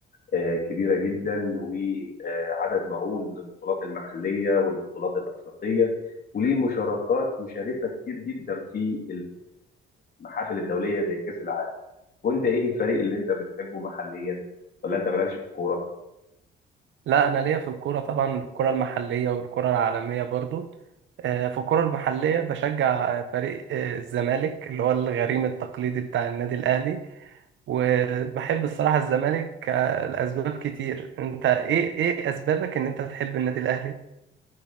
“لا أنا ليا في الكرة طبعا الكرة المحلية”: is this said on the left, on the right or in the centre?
Right